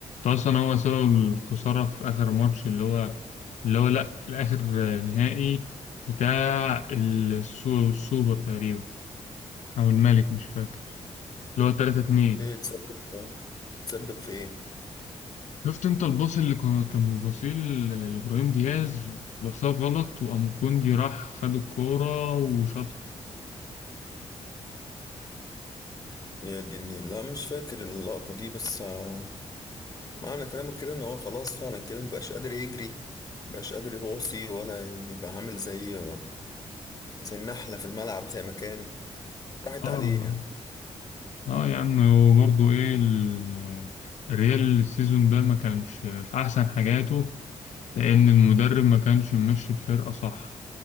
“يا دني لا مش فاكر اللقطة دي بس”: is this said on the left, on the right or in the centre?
Left